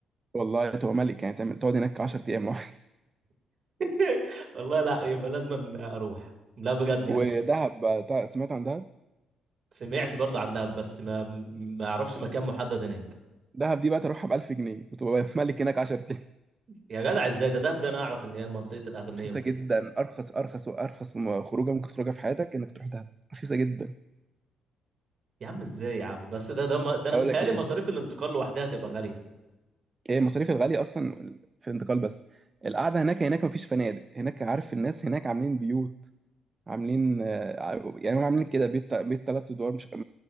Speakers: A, on the right; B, on the right.
A: والله تبقى ملك يعني تعمل تقعد هناك 10 ايام لوحدك
B: <laughs> والله لا يبقى لازم اروح لا بجد
A: <laughs>
B: يعني
A: ودهب بقى تع- سمعت عن
B: سمعت برضه عن دهب بس ما ما اعرفش مكان محدد هناك
A: دهب دي بقى تروحها ب 1000 جنيه وتبقى <laughs> ملك هناك 10 ايام
B: يا جدع ازاي ده دهب ده انا اعرف ان هي منطقة الاغنياء
A: <laughs> رخيصه
B: وكده
A: جدا ارخص ارخص وارخص م- خروجه ممكن تخرجها في حياتك انك تروح دهب رخيصه جدا
B: يا عم ازاي يا عم بس ده ده ده انا
A: هقول
B: متهيألي
A: لك ليه
B: مصاريف الانتقال لوحدها تبقى غالية
A: هي المصاريف الغاليه اصلا في الانتقال بس القعده هناك هناك مفيش فنادق هناك عارف الناس هناك عاملين بيوت عاملين آه، ع- يعني هم عاملين كده بيت بيت ثلاث ادوار مش م-